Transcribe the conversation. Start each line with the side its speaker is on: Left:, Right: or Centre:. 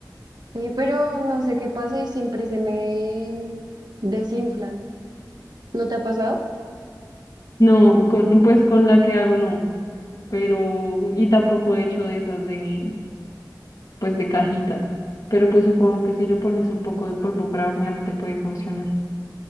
Right: Sí, pero no sé qué pasa y siempre se me desinflan. ¿No te ha pasado?
Left: No, con, pues con la que hago no. Pero... Y tampoco he hecho de esas de pues de cajita, pero pues supongo que si le pones un poco de polvo para hornear te puede funcionar.